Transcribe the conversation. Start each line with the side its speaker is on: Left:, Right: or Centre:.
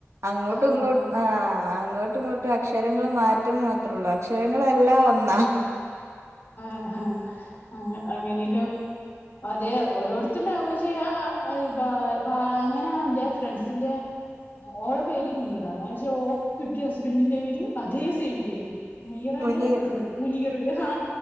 Right: അങ്ങോട്ടും
Left: ഓ
Right: ഇങ്ങോട്ട്
Left: അങ്ങനെ
Right: ആഹാ, അങ്ങോട്ടും ഇങ്ങോട്ട് അക്ഷ- അക്ഷരങ്ങൾ മാറ്റം മാത്രള്ളൂ, അക്ഷരങ്ങളെഎല്ലാം ഒന്നാ.
Left: ആഹാ ആഹാ അങ്ങനെയല്ലോം. അതെ ഓരോരുത്തല് പക്ഷേ ആഹാ അങ്ങനെയ എന്റെ ഫ്രണ്ട്സിന്റെ, ഓള പേര് മുനീറാന്ന് പക്ഷെ ഓക്ക്- കിട്ടിയ ഹസ്ബൻഡിന്റെ പേര്, അതേ സെയിം പേര്. മുനിറന്റെ
Right: മുനീർ
Left: ർ മുനിർ ആഹാ